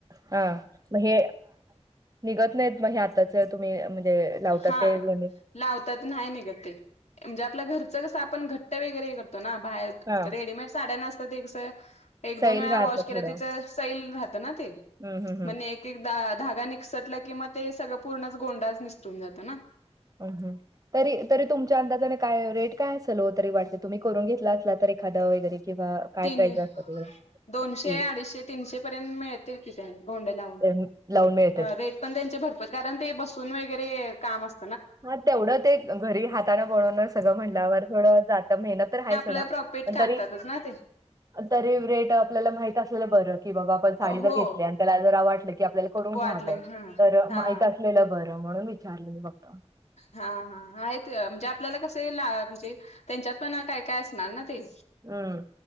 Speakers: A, on the right; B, on the left.
A: हां मग हे निघत नाहीत मग हे आताच तुम्ही म्हणजे लावतात
B: हा
A: ते मणी?
B: लावतात नाही नीघत ते म्हणजे आपल्या घरच कस आपण घट्ट वगैरे करतो ना बाहेर
A: हां.
B: रेडीमेड साड्या असत ते कस एक
A: सैल
B: दोन वेळा
A: राहतं
B: वॉश केल
A: थोडं.
B: त्याच सैल राहत ना ते
A: हं, हं, हं.
B: मग नेक एकदा धागा निसटला कि मग ते सगळ पूर्ण गोंडाच निसटून जात ना.
A: हम्म हम्म तरी तरी तुमच्या अंदाजाने काय रेट काय असेल हो तरी वाटते तुम्ही करून घेतला असल तर एखादा वगैरे? किंवा काय
B: तीन
A: प्राईज असतात वगैरे?
B: दोनशे,
A: की
B: अडीचशे, तीनशे पर्यंत मिळतील की त्यांनी गोंडे लावून
A: ते लावून मिळतेत.
B: रेट पण त्यांचे भरपूर कारण ते बसून वगैरे काम अस
A: हा तेवढ ते घरी हातान बनवणार सगळ म्हणल्यावर थोड जात मेहनत तर आहेच सोडा.
B: आपला प्रॉफिट
A: पण
B: काढतातच
A: तरी
B: ना ते.
A: तरी रेट आपल्याला माहित असलेल बर की बाबा आपण साडी
B: हो
A: जर घेतली आणि त्याला जरा वाटल. की आपल्याला करून
B: वाटलं
A: घ्याव
B: हा
A: तर
B: हा
A: माहित असलेल बर म्हणून विचारल मी फक्त.
B: हां हां आहेत म्हणजे आपल्याला कस लां म्हणजे त्यांच्यात पण काय काय असणार ना ते.
A: हम्म